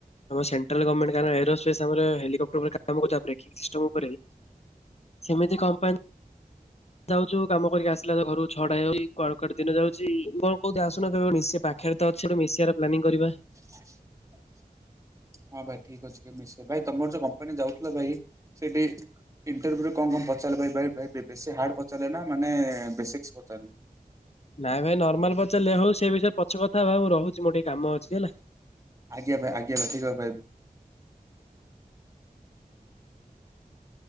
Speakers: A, on the left (about 45°); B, on the right (about 20°).
A: ଆମ ସେଣ୍ଟ୍ରାଲ ଗଭର୍ଣ୍ମେଣ୍ଟ କାରଣ ଏରୋପେସ ଆମର ହେଲିକପ୍ଟରରେ କାମୁ ବ୍ରେିଂ ସିଷ୍ଟମ ଉପରେ ସେମିତି କମ୍ପାନୀ ଯାଉଛୁ। କାମ କରିକି ଆସିଲା ତ ଘରୁ ଛଡା ହଇ କଡ଼କଡ ଦିନ ଯାଉଛି କ'ଣ କହୁି ଆସୁନ କେବେ ମିଶି ପାଖରେ ତ ଅଛି ମିଶିବାର ପ୍ଲାନିଂ କରିବା।
B: ଆ ହଁ ଭାଇ ଠିକ ଅଛି। ମିଶ ଭାଇ ତମର ଯୋଉ କମ୍ପାନୀ ଯାଉଥିଲ ଭାଇ ସେଠି ଇଣ୍ଟରଭ୍ୟୁରେ କ'ଣ କ'ଣ ପଚାରିଲାର ବେଶୀ ହାର୍ଡ଼ ପଚାରିଲେ ନା ମାନେ ବେସିକ୍ସ ପଚାରିଲେ।
A: ନାଇଁ ଭାଇ ନର୍ମାଲ ପଚାର ଲେ ହଉ ସେ ବିଷୟରେ ପଛ କଥା ହେ ମୁଁ ରହୁଛି। ମୋର ଟିକେ କାମ ଅଛି ହେଲା।
B: ଆଜ୍ଞା ଭ ଆଜ୍ଞା ଭ ଠିକ ଭାଇ।